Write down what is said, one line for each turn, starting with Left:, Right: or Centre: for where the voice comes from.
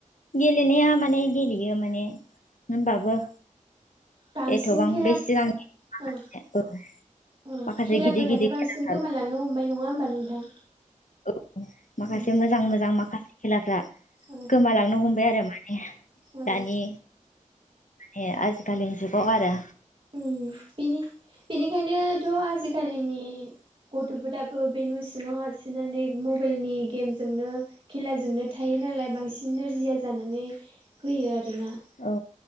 Left: गेलेनाया माने गेलेयो माने होनबाबो
Right: बांसिन
Left: एथ'बां
Right: खेला
Left: बे सिगांनि
Right: औ
Left: औ
Right: औ
Left: माखासे
Right: खेलाफोरानो
Left: गिदिर गिदिर
Right: बांसिन
Left: खेलाफ्रा
Right: गोमालांनो हमबाय। नङा होमबा नोंथां?
Left: औ माखासे
Right: उम
Left: मोजां मोजां माखासे खेलाफ्रा
Right: औ
Left: गोमालांनो हमबाय आरो माने।
Right: औ
Left: दानि माने आजिखालिनि जुगाव आरो।
Right: उम बिनि बिनिखायनोथ' आजिखालिनि गथ'फोराबो बे न' सिङाव हाबसोनानै मबाइलनि गेमजोंनो खेलाजोंनो थाय यो नालाय बांसिन नोरजिया जानानै फैयो आरोना।
Left: औ